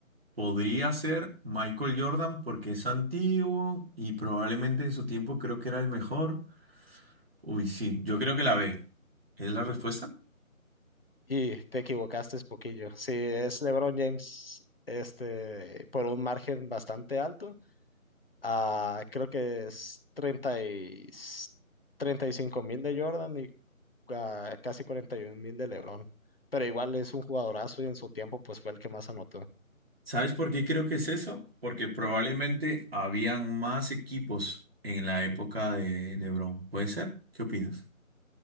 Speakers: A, on the right; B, on the left.
A: podría ser Michael Jordan porque es antiguo y probablemente en su tiempo creo que era el mejor. Uy, sí, yo creo que la B. ¿Es la respuesta?
B: Y te equivocaste es poquillo. Sí, es LeBron James, este, por un margen bastante alto. Ah, creo que es treinta y, treinta y cinco mil de Jordan y ah, casi 41 mil de LeBron. Pero igual es un jugadorazo y en su tiempo pues fue el que más anotó.
A: ¿Sabes por qué creo que es eso? Porque probablemente habían más equipos en la época de LeBron. ¿Puede ser? ¿Qué opinas?